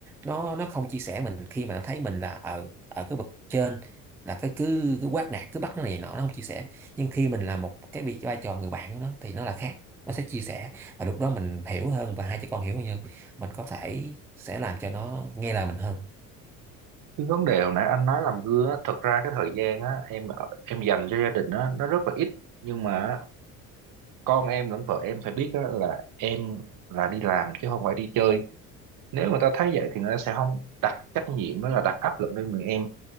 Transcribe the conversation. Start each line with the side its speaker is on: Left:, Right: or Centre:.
Centre: nó nó không chia sẻ mình khi mà nó thấy mình là ở ở cái bậc trên là cái cứ cứ quát nạt cứ bắt nó này nọ nó không chia sẻ nhưng khi mình là một cái vị vai trò người bạn của nó thì nó là khác nó sẽ chia sẻ và lúc đó mình hiểu hơn và hai chị con hiểu hơn mình có thể sẽ làm cho nó nghe lời mình hơn
Right: cái vấn đề hồi nãy anh nói làm gương á thật ra cái thời gian á em em dành cho gia đình á nó rất là ít nhưng mà con em lẫn vợ em phải biết á, là em là đi làm chứ không phải đi chơi nếu người ta thấy vậy thì người ta sẽ không đặt trách nhiệm đó là đặt áp lực lên người em